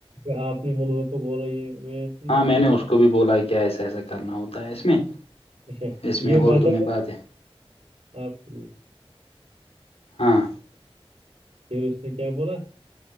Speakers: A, on the right; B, on the left.
A: ا آپ نے حلوہ کو بولا یہ میں اپنی لایا
B: ہاں میں نے اس کو بھی بولا کیا ایسا ایسا کرنا ہوتا ہے اس میں
A: اچھا
B: اس
A: یہ
B: میں
A: بات
B: اردو میں ہے
A: آپ کی
B: ہاں
A: پھر اس نے کیا بولا